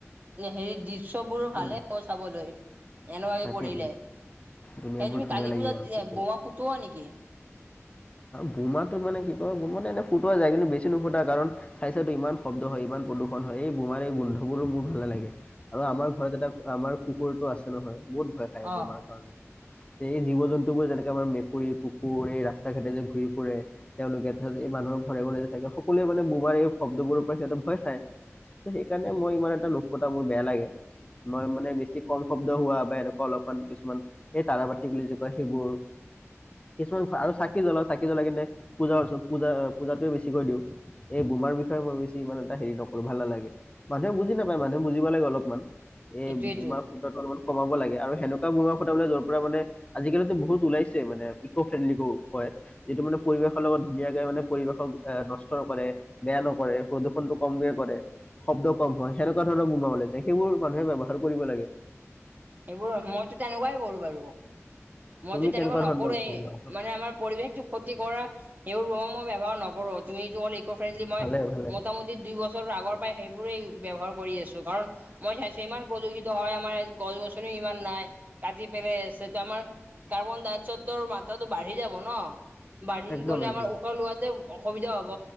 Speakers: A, on the right (about 35°); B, on the left (about 25°).
A: হেৰি দৃশ্যবোৰ ভালে
B: উম,
A: হ'ব চাবলৈ এনেকুৱা
B: তাকেই
A: কৰিলে। এই
B: দুনীয়াবোৰ
A: তুমি
B: ধুনীয়া
A: কালি
B: লাগিব
A: পূজাত
B: আৰু দেখিবলৈ।
A: বমা ফুটোৱা নেকি?
B: বোমাটো মানে কি কয় বোমাটো এনে ফুটোৱা যায় কিন্তু বেছি নুফুটা কাৰণ চাইচাটো ইমান শব্দ হয় ইমান প্ৰদূষণ হয়, এই বোমাৰো গোন্ধবোৰো মোৰ ভালে নালাগে আৰু আমাৰ ঘৰত এটা আমাৰ কুকুৰটো আছে নহয় বহুত ভয় খাই
A: অ
B: বমাৰ কাৰণে। এই জীৱ জন্তুবোৰ যেনেকে আমাৰ মেকুৰী, কুকুৰ এই ৰাস্তা ঘাটে যে ঘূৰি ফুৰে তেওঁলোকে এই মানুহৰ ঘৰে ঘৰে যে থাকে সকলোৱে মানে বোমাৰ এই শব্দবোৰৰপৰা সিহঁতে ভয় খায়। ত' সেইকাৰণে মই ইমান এটা নুফুটা, মোৰ বেয়া লাগে। মই মানে বেছি কম শব্দ হোৱা বা এনেকুৱা অলপমান কিছুমান এই তাৰাবাতি বুলি যে কয় সেইবোৰ কিছুমানৰ আৰু চাকি জ্বলা, চাকি জ্বলাই কিনে পূজাৰ পজা-পূজোটোৱে বেছিকৈ কৰি দিওঁ এই বোমাৰ বিষয়ে মই বেছি ইমান এটা হেৰি নকৰোঁ, ভাল নালাগে মানুহে বুজি নাপায়, মানুহে বুজিব লাগে অলপমান। এই
A: সেইটোৱেইটো
B: বোমা ফুটাটো অলপমান কমাব লাগে আৰু সেনেকুৱা বুমা ফুটাবলৈ য'ৰপৰা মানে আজিকালিতো বহুত ওলাইছে মানে ইক'ফ্ৰেণ্ডলি কয়। যিটো মানে পৰিৱেশৰ লগত ধুনীয়াকে মানে পৰিৱেশক এ, নষ্ট নকৰে, বেয়া নকৰে প্ৰদূষণটো। কমকে কৰে, শব্দ কম হয়, সেনেকুৱা ধৰণৰ বোমা ওলাইছে সেইবোৰ মানুহে ব্যৱহাৰ কৰিব লাগে।
A: সেইবোৰ মইতো তেনেকুৱাই কৰোঁ বাৰু। মইতো
B: তুমি
A: তেনেকুৱা
B: কেনেকুৱা
A: নকৰোৱে,
B: ধৰণৰ বোমা?
A: এই মানে আমাৰ পৰিৱেশতো ক্ষতি কৰা সেইবোৰপৰা মই ব্যৱহাৰ নকৰোঁ। তুমিটো হ'ল ইক'ফ্ৰেণ্ডলি, মই
B: ভালে ভালে
A: মোটামুটি দুই বছৰ আগৰ পৰাই এইবোৰেই ব্যৱহাৰ কৰি আছোঁ কাৰণ মই চাইছোঁ ইমান প্ৰদূষিত হয়, আমাৰ ইয়াত গছ গছনিও ইমান নাই। কাজি পেলে সেইটো আমাৰ কাৰ্বন ডাই অক্সাইডৰ মাত্ৰাটো বাঢ়ি যাব ন' বাঢ়ি
B: একদম
A: গলে
B: একদম
A: আমাৰ উখা লোৱাতে অসুবিধা হ'ব,